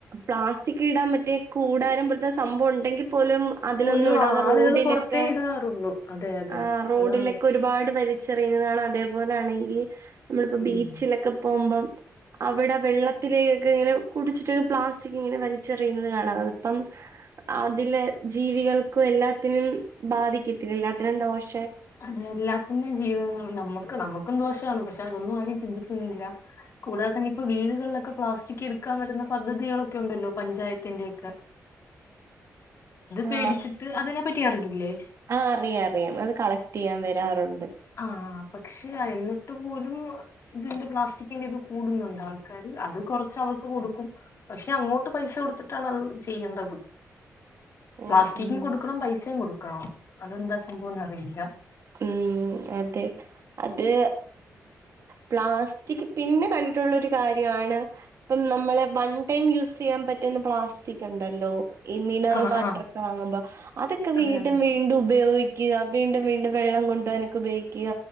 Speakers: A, on the right; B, on the left.
A: പ്ളാസ്റ്റിം... സ്റ്റിക്ക് ഇടാൻപറ്റൃ കൂടാരം പോൽത്തെ സംഭവം ഉണ്ടെങ്കിൽ പോലും അതിലൊന്നും
B: പോലും
A: ഇടാതെ
B: ആളുകൾ
A: റോഡിലൊക്കെ
B: പുറത്തേ ഇടാറുള്ളൂ അതെ അതെ
A: ആം റോഡിലൊക്കെ
B: അതാണ്
A: ഒരുപാട് വലിച്ച്. എറിയുന്നതാണ് അതേപോലൊണെങ്കിൽ നമ്മളിപ്പോ
B: ഉം
A: ബീച്ചിലൊക്കെ പോകുമ്പേ അവടെ വെള്ളത്തിലേയെക്കെ ഇങ്ങനെ കുടിച്ചിട്ട് പ്ലാസ്റ്റിക് ഇങ്ങനെ വലിച്ചെറിയുന്നത് കാണാം ഇപ്പം. അതിലെ ജീവികൾക്കും എല്ലാത്തിനും ബാധിക്കത്തി എല്ലാത്തിനും ദോഷം.
B: അതെ എല്ലാത്തിനും ജീവിതങ്ങൾ നമ്മുക്ക് നമ്മുക്കും ദോഷാണ്, പക്ഷെ അതൊന്നും ആരും, ചിന്തിക്കുന്നില്ല. കൂടാതെ നിപ്പെ വീടുകളിലൊക്കെ പ്ലാസ്റ്റിക് എടുക്കാൻ വരുന്ന പദ്ധതികളൊക്കെ ഉണ്ടല്ലോ പഞ്ചായത്തിന്റെയക്കെ.
A: <unintelligible> ആ...
B: പേടിച്ചിട്ട് അതിനെപ്പറ്റി അറിഞ്ഞില്ലേ
A: ആ അറിയാം അറിയാം അത് കളക് തിയാൻ വരാറുണ്ട്
B: ആഹ് പക്ഷെ? എന്നിട്ട് പോലും തിന്റെ പ്ലാസ്റ്റിക്കിന്റെ ഇത് കൂടുന്നുണ്ട് ആൾക്കാാര്. അതും കൊറച്ച് അവർക്ക് കൊടുക്കും പക്ഷെ അങ്ങോട്ട് പൈസ കൊടുത്തിട്ടാണ് അതും ചെയ്യേണ്ടത്
A: ഉം
B: പ്ലാസ്റ്റിക്കും
A: ഉം
B: കൊടുക്കെണം പൈസയും കൊടുക്കെണം അതെന്താ സംഭവന്നറിയില്ല.
A: ഉം അതെ അത് പ്ലാസ്റ്റിക് പിന്നെ കണ്ടിട്ടുള്ളരു കാര്യ യാണ്. ഇപ്പം നമ്മൾ വൺ ടൈം യൂ ചെയ്യാൻ പറ്റുന്ന പ്ലാസ്റ്റിക് ഉണ്ടല്ലോ? ഈ മിനറൽ
B: ആഹ്
A: വാട്ടറെക്കെ
B: ആഹ്
A: വാങ്ങുമ്പോ അതൊക്കെ
B: അതെ
A: വീണ്ടും,
B: അതെ
A: വീണ്ടും. ഉപയോഗിക്കുക വീണ്ടും, വീണ്ടും, വെള്ളം കൊണ്ടെവാനൊക്കെ ഉപയോഗിക്കുക.